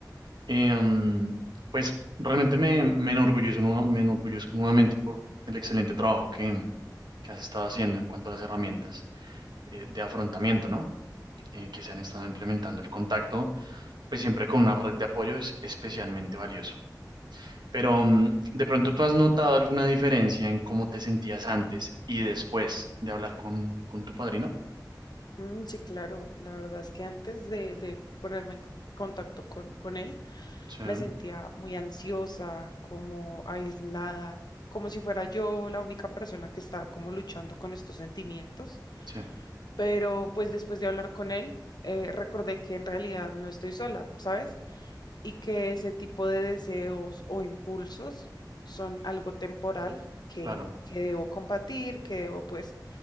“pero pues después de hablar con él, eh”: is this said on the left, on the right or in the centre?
Left